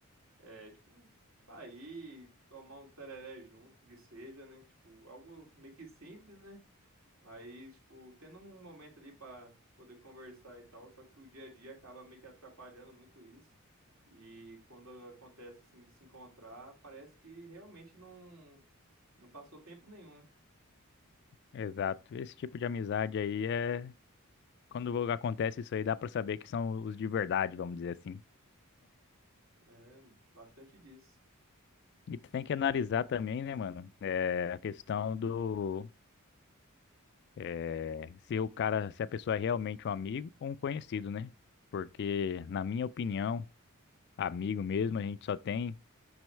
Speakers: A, on the right; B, on the left.
A: É, tipo, sair, tomar um tereré junto, que seja, né? Tipo, algo meio que simples, né? Aí, tipo, tendo um momento ali pra poder conversar e tal, só que o dia a dia acaba meio que atrapalhando muito isso. E quando acontece assim de se encontrar, parece que realmente não não passou tempo nenhum, né?
B: exato. Esse tipo de amizade aí é quando acontece isso aí, dá pra saber que são os de verdade, vamos dizer assim.
A: É bastante disso.
B: E tem que analisar também, né, mano, é, a questão do é, se o cara, se a pessoa é realmente um amigo ou um conhecido, né? Porque, na minha opinião, amigo mesmo, a gente só tem